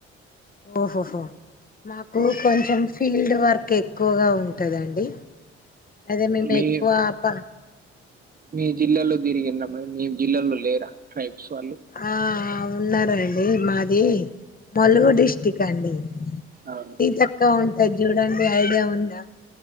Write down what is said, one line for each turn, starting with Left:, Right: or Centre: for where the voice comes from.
Left: ఓహోహో మాకు
Right: మ్మ్.
Left: కొంచెం ఫీల్డ్ వర్క్ ఎక్కువగా ఉంటదండి అదే మేము
Right: మీ
Left: ఎక్కువ ఆప
Right: మీ జిల్లాలో తిరిగిండ్రి మీ జిల్లాలో లేరా వాళ్ళు
Left: ఆ ఉన్నారండి మాది ములుగు డిస్టిక్ అండి
Right: అవునా
Left: సీతక్క ఉంటా ది చూడండి ఐడియా ఉందా